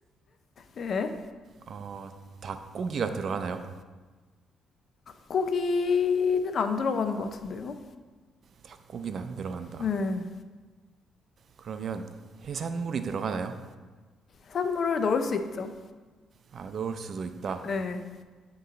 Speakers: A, on the left (about 55°); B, on the right (about 55°).
A: 예.
B: 어 닭고기가 들어가나요?
A: 고기는 안 들어가는 것 같은데요.
B: 닭고기는 안 들어간다.
A: 네
B: 그러면 해산물이 들어가나요?
A: 해산물을 넣을 수 있죠.
B: 아 넣을 수도 있다.
A: 네